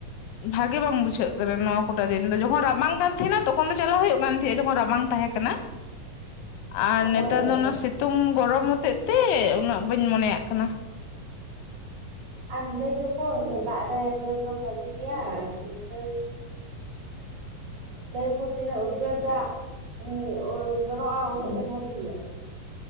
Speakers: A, on the left; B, on the right.
A: ᱵᱷᱟᱜᱮ ᱵᱟᱝ ᱵᱩᱡᱷᱟᱹᱜ ᱠᱟᱱᱟ ᱱᱚᱣᱟ ᱠᱚᱴᱟ ᱫᱤᱱ ᱫᱚ ᱡᱚᱠᱷᱚᱱ ᱨᱟᱵᱟᱝ ᱠᱟᱱ ᱛᱟᱦᱮᱱᱟ ᱛᱚᱠᱷᱚᱱ ᱫᱚ ᱪᱟᱞᱟᱜ ᱦᱩᱭᱩᱜ ᱠᱟᱱ ᱛᱟᱦᱮᱸᱫᱼᱟ ᱡᱚᱠᱷᱚᱱ ᱨᱟᱵᱟᱝ ᱛᱟᱦᱮᱸ ᱠᱟᱱᱟ ᱟᱨ
B: ᱦᱳᱭ
A: ᱱᱮᱛᱟᱨ
B: ᱦᱳᱭ
A: ᱫᱚ ᱚᱱᱟ ᱥᱤᱛᱩᱝ ᱜᱚᱨᱚᱢ ᱦᱚᱛᱮᱫ ᱛᱮ ᱩᱱᱟᱹᱜ ᱵᱟᱹᱧ ᱢᱚᱱᱮᱭᱟᱜ ᱠᱟᱱᱟ
B: ᱟᱨ ᱞᱟᱹᱭ ᱫᱚᱠᱚ ᱥᱮᱛᱟᱜ ᱨᱮ ᱫᱟᱹᱲ ᱫᱚ ᱵᱷᱟᱜᱮ ᱜᱮᱭᱟ ᱫᱟᱹᱲ ᱞᱟᱹᱭᱟᱠᱩ ᱛᱤᱱᱟᱹᱜ ᱩᱫᱜᱟᱹᱨ ᱫᱟᱜ <unintelligible> ᱡᱚᱨᱚᱜᱼᱟ ᱩᱱᱟᱹᱜ ᱜᱮ ᱵᱷᱟᱜᱮᱭᱟ